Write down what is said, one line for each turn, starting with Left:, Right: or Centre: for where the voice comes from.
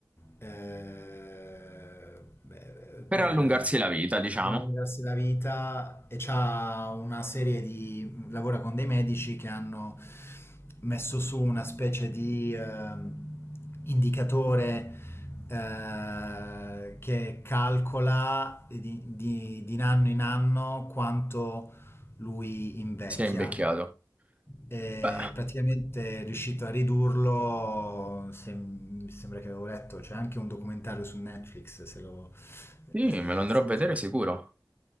Left: eh, beh,
Right: Per
Left: per
Right: allungarsi la vita, diciamo,
Left: guadagnarsi la vita e c'ha una serie di... lavora con dei medici che hanno messo su una specie di eh, indicatore eh, che calcola di, di- di anno in anno quanto lui invecchia
Right: si è invecchiato.
Left: e
Right: Beh,
Left: praticamente è riuscito a ridurlo, se- mi sembra che avevo letto, c'è anche un documentario su Netflix, se lo...
Right: sì,
Left: eh,
Right: me lo andrò
Left: se
Right: a vedere
Left: ti può-
Right: sicuro.